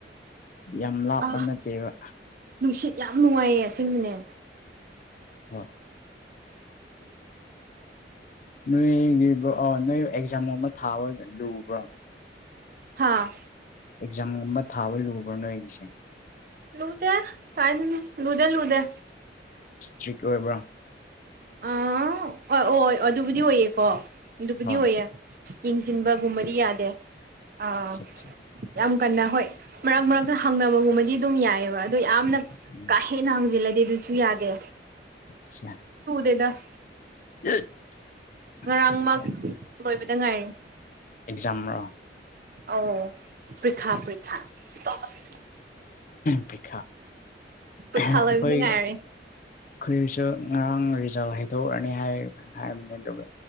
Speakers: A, on the left; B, on the right.
A: ꯌꯥꯝ ꯂꯥꯞꯄ
B: ꯑ
A: ꯅꯠꯇꯦꯕ
B: ꯅꯨꯡꯁꯤꯠ ꯌꯥꯝ ꯅꯨꯡꯉꯥꯏꯌꯦ ꯑꯁꯦꯡꯕꯅꯦ
A: ꯍꯣꯏ ꯅꯣꯏꯒꯤꯕꯣ ꯑ ꯅꯣꯏ ꯑꯦꯛꯖꯥꯝ ꯑꯃ ꯊꯥꯕ ꯂꯨꯕ꯭ꯔꯣ
B: ꯍꯥꯥ
A: ꯑꯦꯛꯖꯥꯝꯒꯨꯝꯕ ꯊꯥꯕ ꯂꯨꯕ꯭ꯔꯣ ꯅꯣꯢꯒꯤꯁꯦ
B: ꯂꯨꯗꯦ ꯀꯥꯏꯗꯩꯅꯣ ꯂꯨꯗꯦ ꯂꯨꯗꯦ
A: ꯁꯇ꯭ꯔꯤꯛ ꯑꯣꯏꯕ꯭ꯔꯥ
B: ꯑꯥ ꯑꯣꯢ ꯑꯣꯢ ꯑꯗꯨꯕꯨꯗꯤ ꯑꯣꯏꯌꯦꯀꯣ ꯑꯗꯨꯕꯨꯗꯤ
A: ꯍꯣꯏ
B: ꯑꯣꯏꯌꯦ ꯌꯦꯡꯁꯤꯟꯕꯒꯨꯝꯕꯗꯤ ꯌꯥꯗꯦ ꯑꯥ
A: ꯑꯠꯆꯥ ꯑꯠꯆꯥ
B: ꯌꯥꯝ ꯀꯟꯅ ꯍꯣꯏ ꯃꯔꯛ ꯃꯔꯛꯇ ꯍꯪꯅꯕꯒꯨꯝꯕꯗꯤ ꯑꯗꯨꯝ ꯌꯥꯏꯌꯦꯕ ꯑꯗꯣ ꯌꯥꯝꯅ
A: ꯎꯝ
B: ꯀꯥ ꯍꯦꯟꯅ ꯍꯪꯖꯤꯜꯂ ꯗꯤ ꯑꯗꯨꯨꯁꯨ ꯌꯥꯗꯦ
A: ꯑꯆ꯭ꯌꯥ
B: ꯗꯦꯗ
A: <unintelligible>
B: ꯉꯔꯥꯡꯃꯛ
A: ꯆꯠꯆꯥ
B: ꯂꯣꯏꯕꯗ ꯉꯥꯏꯔꯤ
A: ꯑꯦꯛꯖꯥꯝꯔꯣ
B: ꯑꯣ ꯄ꯭ꯔꯤꯈꯥ ꯄ꯭ꯔꯤꯈꯥ ꯁꯣꯁ
A: ꯄ꯭ꯔꯤꯈꯥ
B: ꯄ꯭ꯔꯤꯈꯥ
A: <unintelligible>
B: ꯂꯣꯏꯕꯗ
A: ꯑꯈꯣꯏ
B: ꯉꯥꯏꯔꯦ
A: ꯑꯈꯣꯏꯒꯤꯁꯨ ꯉꯔꯥꯡ ꯔꯤꯖꯜ ꯍꯥꯏꯗꯣꯛꯔꯅꯤ ꯍꯥꯏ ꯍꯥꯢꯕꯅꯦ ꯑꯗꯨꯒ